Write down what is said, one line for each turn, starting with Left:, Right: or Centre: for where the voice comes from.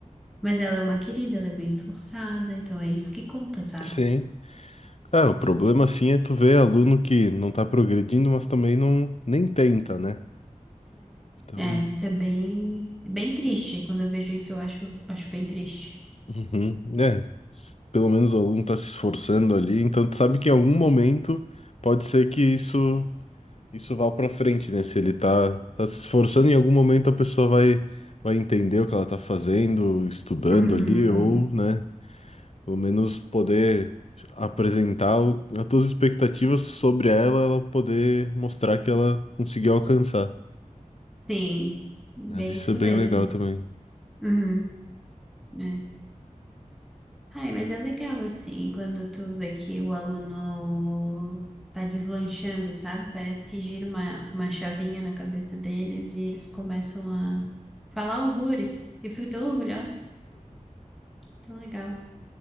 Centre: Mas ela é uma querida, ela é bem esforçada, então é isso que conta, sabe?
Left: Sim. ah o problema, assim, é tu ver aluno que não tá progredindo, mas também não, nem tenta, né? Então,
Centre: É, é, isso é bem, é bem triste. Quando eu vejo isso, eu acho, acho bem triste.
Left: uhum, é, s- pelo menos o aluno está se esforçando ali, então tu sabe que em algum momento pode ser que isso isso vai pra frente, né? Se ele tá, tá se esforçando, em algum momento a pessoa vai, vai entender o que ela tá fazendo, estudando
Centre: Uhum.
Left: ali, ou, né, pelo menos poder apresentar o, as tuas expectativas sobre ela, ela poder mostrar que ela conseguiu alcançar.
Centre: Sim, bem
Left: né? Mas isso
Centre: isso
Left: é bem
Centre: mesmo.
Left: legal também.
Centre: Uhum, é. Ai, mas é legal assim, quando tu vê que o aluno tá deslanchando, sabe? Parece que gira uma, uma chavinha na cabeça deles e eles começam a falar horrores. Eu fico tão orgulhosa, tão legal.